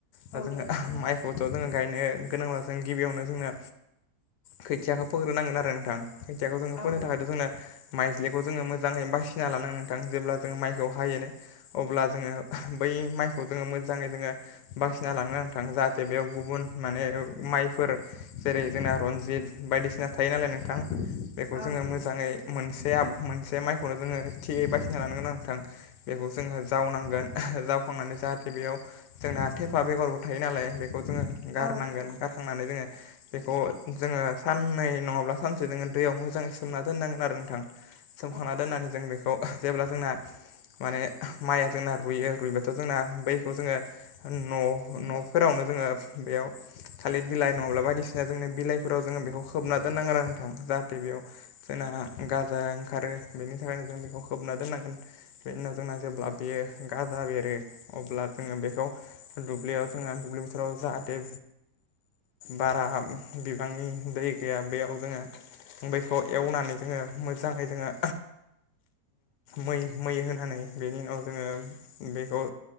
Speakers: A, on the left (about 80°); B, on the left (about 60°).
A: दा
B: औ
A: जोङो
B: दे फोरमायजा
A: माइखौ जोङो गायनो गोनांब्ला जों गिबियावनो जोंनो खोथियाखौ फोग्रोनांगोन आरो नोंथां खोथियाखौ जोङो
B: औ
A: फोनो
B: नंगौ
A: थाखायथ'
B: नंगौ
A: जोंना माइज्लिखौ जोङो मोजाङै बासिना लानांगोन नोंथां जेब्ला जोङो माइखौ हायो अब्ला जोङो बै माइखौ जोङो मोजाङै जोङो बासिना लांनो थाङो जाहाथे बेयाव गुबुन माने माइफोर जेरै जोंना रनजित बायदिसिना थायो नालाय नोंथां बेखौ
B: औ
A: जोङो
B: नंगौ
A: मोजाङै
B: नोंथां
A: मोनसे मोनसे माइखौनो जोङो थियै बासिना लानांगोन आं नोंथां बेखौ जोङो जावनांगोन जावखांनानै जाहाथे बेयाव जोंना थेफा बेगरबो थायो नालाय बेखौ जोङो गारनांगोन
B: औ नंगौ नंगौ
A: गार थांनानै जोङो बेखौ जोङो साननै नङाब्ला सानसे जोङो दैयाव मोजाङै सोमना दोननांगौ आरो नोंथां सोमखांना
B: औ
A: दोननानै
B: नंगौ।
A: जों बेखौ जेब्ला जोंना माने माइया जोंना रुइयो रुइबाथ' जोंना बैखौ जोङो न'
B: नंगौ
A: न'फोरावनो जोङो बेयाव थालिर बिलाइ नङाब्ला बायदिसिना जोंनो बिलाइफोराव जोङो बेखौ खोबना दोननांगोन आरो नोंथां जाहाथे बेयाव जोंना गाजाया ओंखारो बेनि थाखायनो जों बेखौ खोबना दोननांगोन बिनि उनाव जोंना जेब्ला बेयो गाजा बेरो अब्ला जोङो बेखौ दुब्लियाव जोङो दुब्लि बोथोराव जाहाथे बारा बिबांनि दै गैया बेयाव जोङो बैखौ एवनानै जोङो मोजाङै जोङो मै मै होनानै बेनि उनाव जोङो बेखौ